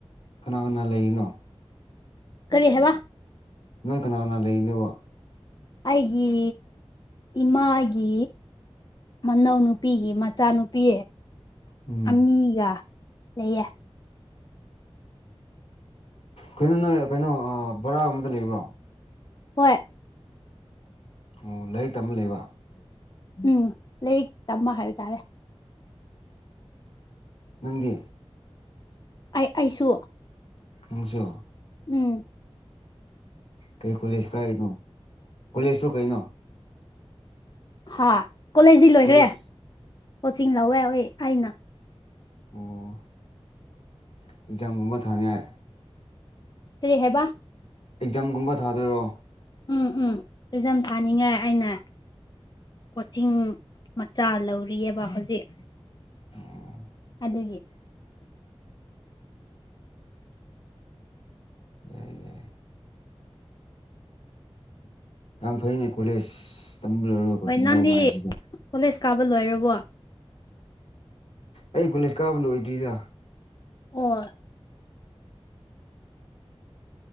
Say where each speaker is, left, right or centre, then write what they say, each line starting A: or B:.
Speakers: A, on the left; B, on the left.
A: ꯀꯅꯥ ꯀꯅꯥ ꯂꯩꯔꯤꯅꯣ?
B: ꯀꯔꯤ ꯍꯥꯏꯕ?
A: ꯅꯣꯏ ꯀꯅꯥ ꯀꯅꯥ ꯂꯩꯔꯤꯅꯦꯕ?
B: ꯑꯩꯒꯤ ꯏꯃꯥꯒꯤ꯫ ꯃꯅꯧꯅꯨꯄꯤꯒꯤ ꯃꯆꯥꯅꯨꯄꯤ
A: ꯎꯝ
B: ꯑꯅꯤꯒ ꯂꯩꯌꯦ꯫
A: ꯀꯩꯅꯣ ꯅꯣꯏ ꯀꯩꯅꯣ ꯑꯥ ꯕꯥꯔꯥꯒꯨꯝꯕꯗ ꯂꯩꯕ꯭ꯔꯣ꯫
B: ꯍꯣꯏ꯫
A: ꯑꯣ ꯂꯥꯏꯔꯤꯛ ꯇꯝꯃ ꯂꯩꯕ꯫
B: ꯎꯝ ꯂꯩꯔꯤꯛ ꯇꯝꯕ ꯍꯥꯏꯕ ꯇꯥꯔꯦ꯫
A: ꯅꯪꯗꯤ
B: ꯑꯩ ꯑꯩꯁꯨ꯫
A: ꯅꯪꯁꯨ
B: ꯎꯝ
A: ꯀꯩ ꯀꯣꯂꯦꯖ ꯀꯥꯔꯤꯅꯣ ꯀꯣꯂꯦꯖꯔꯣ ꯀꯩꯅꯣ
B: ꯍꯥ ꯀꯣꯂꯦꯖꯗꯤ ꯂꯣꯏꯒꯔ꯭ꯦ
A: ꯀꯣꯂꯦꯖ
B: ꯀꯣꯆꯤꯡ ꯂꯧꯋꯦ ꯍꯣꯏ ꯑꯩꯅ꯫
A: ꯑꯣ ꯑꯦꯛꯖꯥꯝꯒꯨꯝꯕ ꯊꯥꯅꯤꯉꯥꯏ꯫
B: ꯀꯔꯤ ꯍꯥꯏꯕ
A: ꯑꯦꯛꯖꯥꯝꯒꯨꯝꯕ ꯊꯥꯗꯣꯏꯔꯣ?
B: ꯎꯝ ꯎꯝ ꯑꯦꯖꯝ ꯊꯥꯅꯤꯡꯉꯥꯏ ꯑꯩꯅ꯫ ꯀꯣꯆꯤꯡ ꯃꯆꯥ ꯂꯧꯔꯤꯌꯦꯕ ꯍꯧꯖꯤꯛ꯫
A: ꯑꯣ
B: ꯑꯗꯨꯒꯤ
A: ꯌꯥꯏ ꯌꯥꯏ ꯌꯥꯝ ꯐꯩꯅꯦ ꯀꯣꯂꯦꯖ ꯇꯝꯕꯂꯣꯏꯔ ꯀꯣꯆꯤꯡ
B: ꯍꯣꯏ ꯅꯪꯗꯤ
A: ꯂꯧꯕ ꯍꯥꯏꯁꯤꯗꯤ
B: ꯀꯣꯂꯦꯖ ꯀꯥꯕ ꯂꯣꯏꯔꯕꯣ
A: ꯑꯩ ꯀꯣꯂꯦꯁ ꯀꯥꯕ ꯂꯣꯏꯗ꯭ꯔꯤꯗ꯫
B: ꯑꯣ